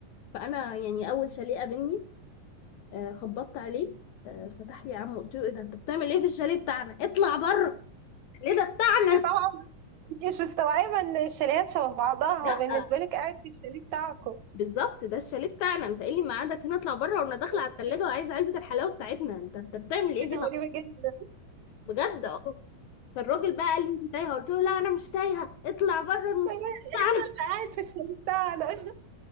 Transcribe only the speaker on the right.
انت طبعا انت مش مستوعبة ان الشاليهات شبه بعضها هو
بالنسبة لك قاعد في الشاليه بتاعكم
<laughs>
حاجة
غريبة جدا
<laughs>
انت اللي قاعد في الشاليه بتاعنا <laughs>